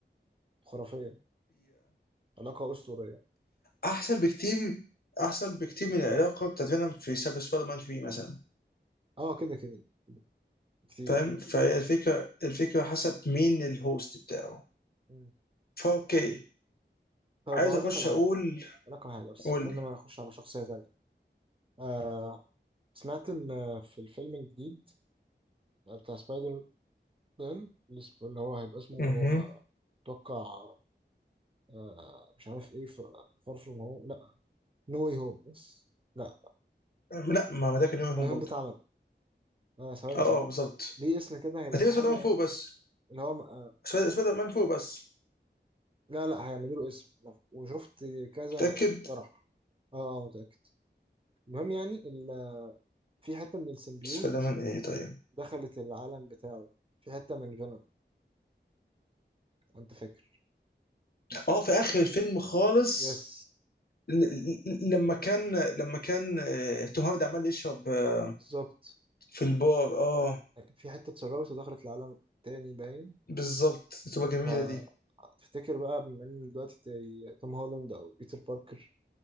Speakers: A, on the right; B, on the left.
A: خرافية علاقة أسطورية
B: احسن بكتير احسن بكتير من العلاقه بتاعت فينوم في سب سبايدر مان 3 مثلا
A: اه كده كده كتير
B: فاهم فهي الفكره الفكره حسب مين الهوست بتاعه
A: مم.
B: فاوكي
A: طيب
B: عايز
A: هقول
B: اخش
A: لك على حاجة
B: اقول
A: هقول لك على حاجة بس
B: قول
A: قبل
B: لي
A: ما نخش على شخصية تانية آه سمعت إن آه، في الفيلم الجديد بتاع سبايدر مان اللي اسمه- اللي هو هيبقى اسمه
B: مهم.
A: آه، أتوقع آه مش عارف إيه فار فروم هوم لأ نو واي هوم بس لأ
B: لا ما هو ده كان يوم
A: نو
B: هوم
A: واي
B: برضه
A: هوم ده اتعمل آه ثواني
B: اه
A: ثواني
B: اه بالظبط
A: ليه اسم كده هيبقى
B: هتبقى
A: ليه حاجة
B: سبايدر مان
A: يعني
B: فوق بس
A: اللي هو آه،
B: سبايدر سبايدر مان فوق بس
A: لا لا هيعملوا له اسم أنا- وشفت كذا
B: متاكد
A: مقترح اه آه، متأكد المهم يعني ال... في حتة من السيمبيوت
B: سبايدر مان ايه طيب
A: دخلت العالم بتاعه في حتة من فينوم انت فاكر
B: اه في اخر الفيلم خالص
A: يس
B: ل- ل- لما كان لما كان آه، توم هاردي عمال يشرب آه،
A: بالظبط
B: في البار اه
A: في حتة اتسربت ودخلت العالم تاني باين
B: بالظبط تبقى جميله
A: فتفتكر
B: دي
A: بقى بما ان دلوقتي زي توم هولاند او بيتر باركر